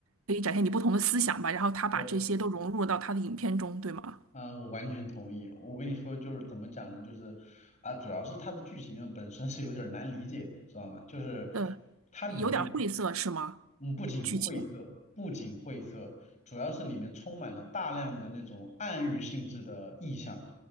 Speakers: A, on the right (about 75°); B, on the left (about 35°).
A: 可以展现你不同的思想吧。然后他把这些都融入到他的影片中，
B: 对。
A: 对吗？
B: 啊、我完全同意。我跟你说，就是怎么讲呢？就是啊，主要是它的剧情啊本身是有点儿难理解的，你知道吗？就是
A: 嗯，
B: 它里面，
A: 有点晦涩是吗？
B: 嗯，不仅晦涩，
A: 剧情。
B: 不仅晦涩，主要是里面充满了大量的那种暗喻性质的意象，